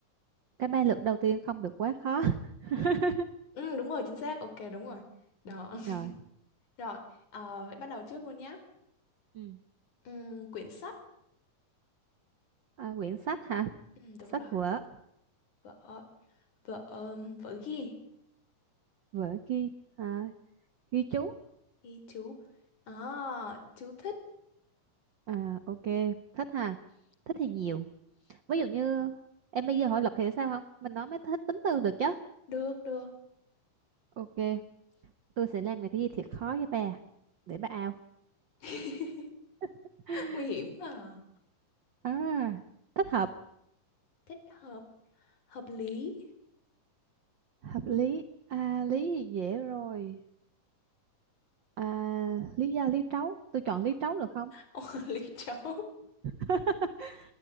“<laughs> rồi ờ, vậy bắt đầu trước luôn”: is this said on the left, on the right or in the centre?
Left